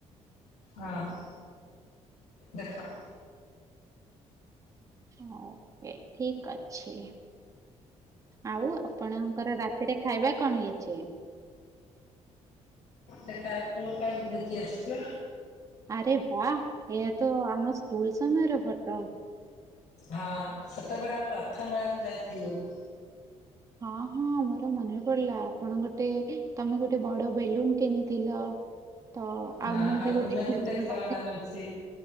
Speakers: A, on the left; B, on the right.
A: ହଁ ଦେଖ।
B: ହ ଓକେ ଠିକ ଅଛି। ଆଉ ଆପଣଙ୍କର ରାତିରେ ଖାଇବା କଣ ହେଇଛି?
A: ଆ ଖା ତୁ କାଲି ଭୋଜି ଆସିଛି।
B: ଆରେ ବା ଏହା ତ ଆମ ସ୍କୁଲ ସମୟର ଫଟୋ।
A: ହଁ ସେତେବେଳେ ଆମେ ରଥ ମେଳାକୁ ଯାଇଥିଲୁ
B: ହଁ ହଁ ମୋର ମନେ ପଡିଲା ଆପଣ ଗୋଟେ ତମେ ଗୋଟେ ବଡ ବେଲୁନ କିଣିଥିଲ ତ
A: ହଁ
B: ଆଉ ମୁଁ ବି
A: ତୁମେ
B: ଗୋଟେ ଖ ନା
A: ଖେଳନା
B: ହଁ
A: ବଞ୍ଚି